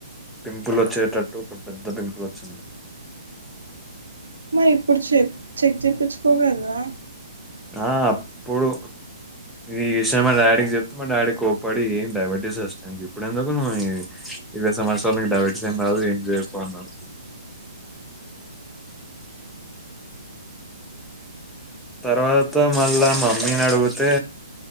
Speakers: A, in the centre; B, on the right.
A: పింపుల్ వచ్చేటట్టు పెద్ పెద్ద పింపుల్ వచ్చింది
B: మరి ఇప్పుడు చె చెక్ చెప్పించుకోకదా
A: ఆ అప్పుడు ఇ విషయం మా డాడీకి చెప్తే మా డాడీ కోప్పడి ఏం డయాబెటీస్ వస్తాయి. నీకు ఇప్పుడు ఎందుకు నువ్వు ఇరవై సంత్సరాలకు నీకు డయాబటీస్ ఏం రాదు ఏం జేయదు పో అన్నాడు. తర్వాత మళ్ళా మమ్మీని అడుగుతే